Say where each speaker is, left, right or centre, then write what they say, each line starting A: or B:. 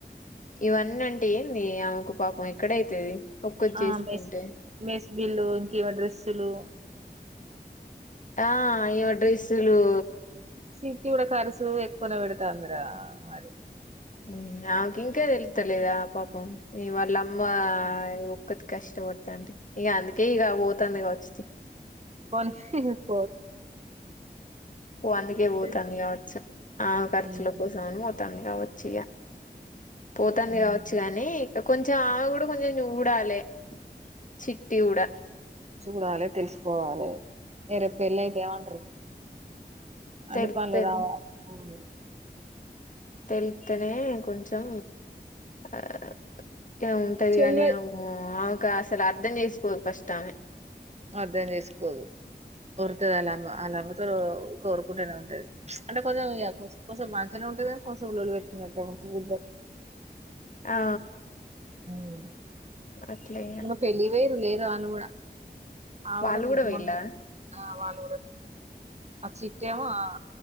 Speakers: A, on the left (about 50°); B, on the right (about 40°).
A: ఇవన్నంటె ఏంది ఆమెకు పాపం ఎక్కడైతది. ఒక్కటి
B: ఆ
A: చేసుకుంటే
B: మెస్ మెస్బిల్లు ఇంకివ డ్రస్. త్తులు
A: ఆ ఇవ డ్రెస్సులు.
B: సిట్టీ గూడ కర్సు ఎక్కువనే పెడతాందిరా మరి.
A: ఉమ్ ఆమెకింకా తెలుత్తలేదా పాపం ఈ వాళ్ళమ్మా ఒక్కతి కష్టపడ్తాంటె ఇగందుకే ఇగ బోతాంది కావచ్చు తి.
B: పోని
A: ఓ అందుకే పోతాంది
B: తెల్
A: కావచ్చు ఆమె కర్చుల
B: ఉమ్
A: కోసమని పో. తాంది గావచ్చిగ. పోతాంది
B: ఉమ్
A: గావచ్చు గానీ. కొంచెం ఆమె గూడ కొంచెం చూడాలే చిట్టీ గుడా.
B: చూడాలే తెల్సుకోవాలే. ఎ రేప్ పెళ్లైతే ఏమంట్రు. అన్ని
A: తెలుత్తనే
B: పన్లు రావాలి ఉమ్.
A: తెల్ త్తెనే కొంచెం ఆ యాముంటది
B: చెయ్యవే
A: గాని అమ్మో. ఇంకా అసలర్ధం జేస్కోద్ ఫస్టామె.
B: అర్ధం జేస్కోదు వొర్తదాళ్ళమ్మ ఆళ్ళమ్మతోలు ఊకె వొరుకుంటనే వుంటది. అంటె కొంజెమ్ ఇగ కోస్. కొసం మంచనే ఉంటద్ గాన్ కోసేవ్ లొల్లి పెట్టుకున్నట్టే వుంటదిద్దరు.
A: ఆ
B: అవ్
A: అట్లే ఇగ
B: మొన్న పెళ్ళికి ఓయర్ లేరు ఆళ్ళు గుడ ఆవిడ
A: వాళ్ళు
B: నిన్
A: కూడా పోయిల్లా
B: మొన్న వచ్చి ఆహ్ వాల్ అహ్ చిట్టి ఏమో ఆహ్